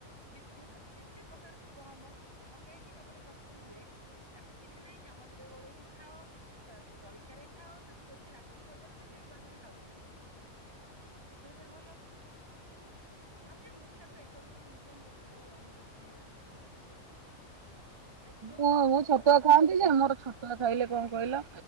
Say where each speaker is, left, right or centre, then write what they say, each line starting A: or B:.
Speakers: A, on the right; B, on the right.
A: ବିସ୍କୁଟ ଏ ଯେତେ ପ୍ରକାର ସବୁ ଗହମ ପକେଇକି ସବୁ ଗୋଟେ ପ୍ରସ୍ତୁତ ହୁଏ। ତାକୁ କିଛି ନାଇଁ ଚାମଚ ରେ ଗୋଳେଇକି ଖାଅ। ତା ସୁ ଜଳଖିଆରେ ଖାଅ ତାକୁ ଯଦି ରାତ୍ରି ଭୋଜନରେ ବି ଜଣେ ଜଣେ ଖାଉଚନ୍ତି। ସିଏ ଦେହ ପାଇଁ ଭଲ। ଭାବୁଚି ମୁଁ ବି ତାକୁ ଏସବୁ ଜିନିଷ ମୁଁ ବି ମୋର ଦୈନିକ ଜୀବନ ଏବେ ସବୁ ତାକୁ ଦେ- ଯୋଉ
B: ମୁଁ
A: ଯୋଗ ଦେବି
B: ଛତୁଆ
A: ଆଉ
B: ଖାଆନ୍ତି ଯେ ମୋର ଛତୁଆ ଖାଇଲେ କଣ କଇଲ